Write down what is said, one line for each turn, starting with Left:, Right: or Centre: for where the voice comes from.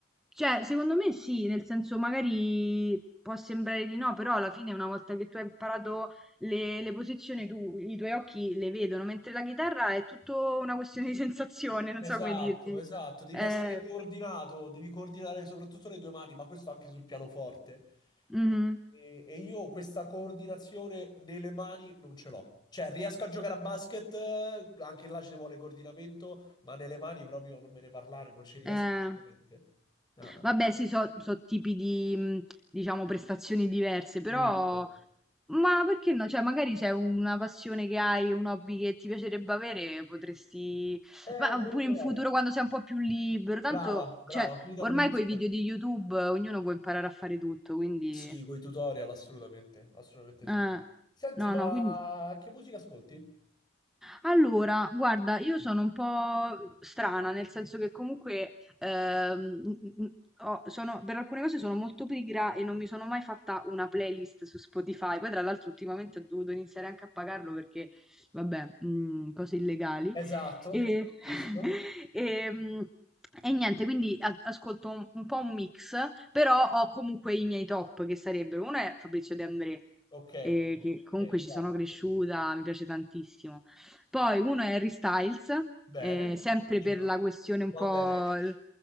Centre: Cioè, secondo me sì, nel senso magari può sembrare di no, però alla fine una volta che tu hai imparato le, le posizioni, tu, i tuoi occhi le vedono, mentre la chitarra è tutto una questione di <laughs> sensazione, non
Left: Esatto,
Centre: so come dirti.
Left: esatto, devi
Centre: Eh,
Left: essere coordinato, devi coordinare soprattutto le due mani, ma questo anche sul pianoforte.
Centre: mhm,
Left: E, e- e io questa coordinazione nelle mani non ce l'ho. Cioè, riesco a giocare a basket, eh, anche là ci vuole coordinamento, ma nelle mani proprio non me ne parlare, non ci riesco
Centre: eh.
Left: niente. Ah,
Centre: Vabbè, sì, so, so tipi di, mh, diciamo, prestazioni diverse, però
Left: sì.
Centre: Ma perché no? Cioè, magari c'è una passione che hai, un hobby che ti piacerebbe avere, potresti...
Left: Eh,
Centre: Ma
Left: devo
Centre: pure
Left: provare.
Centre: in futuro, quando sei un po' più libero, tanto,
Left: Brava, brava,
Centre: cioè,
Left: finita
Centre: ormai
Left: l'università.
Centre: con i video di YouTube eh, ognuno può imparare a fare tutto, quindi...
Left: Sì, con i tutorial, assolutamente, assolutamente sì.
Centre: eh,
Left: Senti,
Centre: no,
Left: ma
Centre: no, quindi...
Left: che musica ascolti?
Centre: Allora, guarda, io sono un po' strana, nel senso che comunque ehm, n- n- ho- sono- per alcune cose sono molto pigra e non mi sono mai fatta una playlist su Spotify. Poi, tra l'altro, ultimamente ho dovuto iniziare anche a pagarlo perché, vabbè, mm, cose illegali.
Left: Esatto,
Centre: E,
Left: giusto.
Centre: <laughs> e, mm, e niente, quindi a- ascolto un, un po' un mix, però ho comunque i miei top che sarebbero, uno è Fabrizio De André,
Left: ok,
Centre: eh, che comunque
Left: ok,
Centre: ci
Left: grazie.
Centre: sono cresciuta, mi piace tantissimo. Poi uno è Harry Styles,
Left: Bene,
Centre: eh, sempre
Left: continuiamo.
Centre: per la questione un
Left: One
Centre: po'...
Left: Direction.
Centre: l-